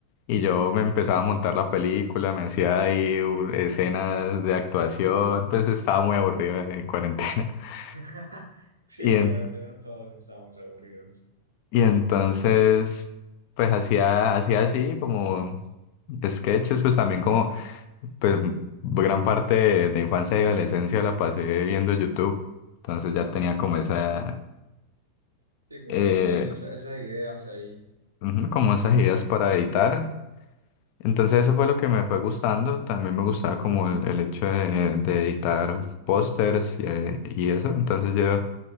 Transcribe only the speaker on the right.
<laughs>
Sí,
en
carretera todos estábamos aburridos.
Sí, como
es- sí, esa- esas ideas ahí.